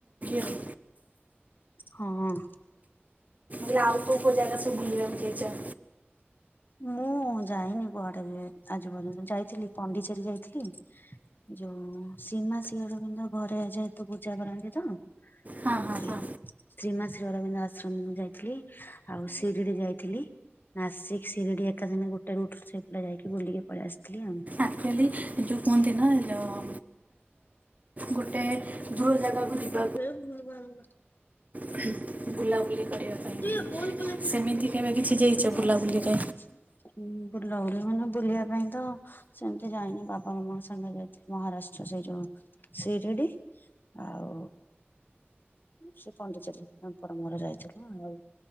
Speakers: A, on the right; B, on the left.
A: ଆଉ
B: ହଁ
A: ଇଏ ଆଉ କୋଉ କୋଉ ଜାଗା ସବୁ ବୁଲିବାକୁ ଯାଇଚ?
B: ମୁଁ ଯାଇନି କୁଆଡ଼େ ବି ଆଜି ପର୍ଯ୍ୟନ୍ତ ଯାଇଥିଲି ପଣ୍ଡିଚେରୀ ଯାଇଥିଲି। ଯୋଉ ଶ୍ରୀମା ଶ୍ରୀ ଅରବିନ୍ଦ ଘରେ ଯେହେତୁ ପୂଜା କରନ୍ତି ତ
A: ହଁ ହଁ
B: ଏହେ
A: ହଁ
B: ଶ୍ରୀମା ଶ୍ରୀ ଅରବିନ୍ଦ ଆଶ୍ରମ ଯାଇଥିଲି, ଆଉ ଶିରିଡ଼ି ଯାଇଥିଲି, ନାସିକ୍ ଶିରିଡ଼ି ଏକା ସାଙ୍ଗେ ଗୋଟେ ରୁଡ୍ ସେଗୁଡା ଯାଇକି ବୁଲିକି ପଳେଇଆସିଥିଲି ଆଉ।
A: ଆକ୍ଚୋଲି ଏ ଯୋଉ କୁହନ୍ତି ନା ଏ ଯୋଉ ଗୁଟେ ଦୂର ଜାଗାକୁ ଯିବା
B: ହେ ଭୁଲ୍ ଭାଲ୍ କଥା।
A: ହୁଁ, ବୁଲାବୁଲି କରିବା ପାଇଁ।
B: <unintelligible>
A: କି ସେମିତି କେବେ କିଛି ଯାଇଛ ବୁଲାବୁଲିରେ
B: ହୁଁ, ବୁଲା ବୁଲି ମାନେ ବୁଲିବା ପାଇଁ ତ ସେମିତି ଯାଇନି ବାପା ମାମାଙ୍କ ସାଙ୍ଗରେ ଯାଇଥିଲି ମହାରାଷ୍ଟ୍ର ସେଇ ଯୋଉ ସିରିଡ଼ି। ଆଉ ସେ ପଣ୍ଡିଚେରୀ ତାଙ୍କର ମୋର ଯାଇଥିଲୁ ଆଉ